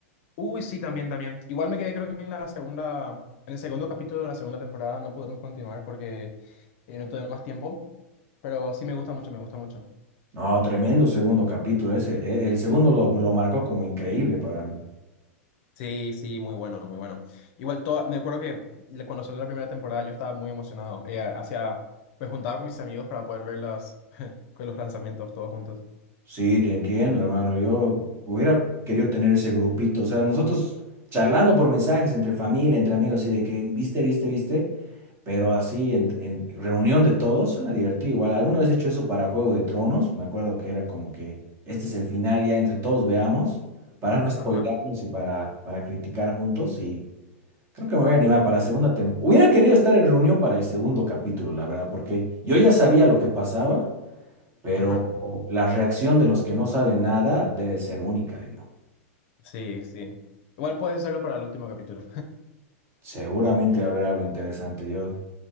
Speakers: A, on the left; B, on the right.
A: Uy, sí, también, también. Igual me quedé, creo que en la segunda, en el segundo capítulo de la segunda temporada no pudimos continuar porque eh, no tuve más tiempo. Pero sí me gusta mucho, me gusta mucho.
B: No, tremendo segundo capítulo ese. e- El segundo lo, lo marcó como increíble para mí.
A: Sí, sí, muy bueno, muy bueno. Igual, toda, me acuerdo que le- cuando salió la primera temporada yo estaba muy emocionado. Eh, hacía, me juntaba con mis amigos para poder ver las, <laughs> con los lanzamientos todos juntos.
B: Sí, te entiendo, hermano. Yo hubiera querido tener ese grupito. O sea, nosotros charlando por mensajes entre familia, entre amigos, así de que viste, viste, viste. Pero así, en, en reunión de todos, suena divertido. Igual, alguna vez he hecho eso para Juego de Tronos. Me acuerdo que era como que este es el final, ya entre todos veamos, para no <laughs> spoilearnos
A: Ajá,
B: y para, para criticar juntos. Y creo que me voy a animar para la segunda temporada. Hubiera querido estar en reunión para el segundo capítulo, la verdad, porque yo ya sabía lo que pasaba, pero
A: ajá.
B: la reacción de los que no saben nada debe ser única, digo.
A: Sí, sí. Igual puedes hacerlo para el último capítulo.
B: Seguramente va a haber algo interesante. Yo,